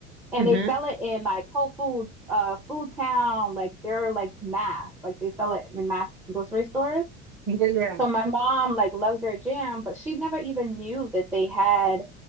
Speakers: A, in the centre; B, on the right (about 30°).
A: and
B: Mm-hmm.
A: they sell it in like Whole Foods, uh, Food Town. Like they're like mass. Like they sell it in mass grocery stores.
B: Yeah, yeah,
A: So my mom like loves their gym, but she never even knew that they had